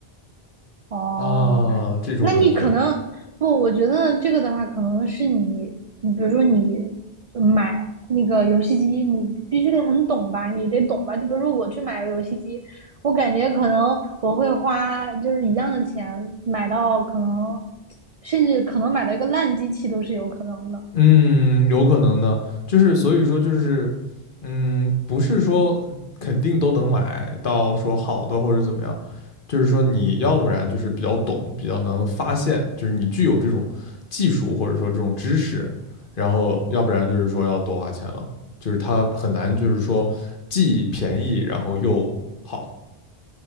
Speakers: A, on the right; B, on the left.
A: 哦，
B: 啊，这种感觉，
A: 那你可能不，我觉得这个的话，可能是你，你比如说你买那个游戏机，你必须得很懂吧，你得懂吧。就比如说我去买个游戏机，我感觉可能我会花就是一样的钱买到可能，甚至可能买到一个烂机器都是有可能的。
B: 嗯，有可能呢，就是所以说就是，嗯，不是说肯定都能买到说好的或者怎么样，就是说你要不然就是比较懂，比较能发现，就是你具有这种技术或者说这种知识，然后要不然就是说要多花钱了，就是它很难就是说既便宜然后又好。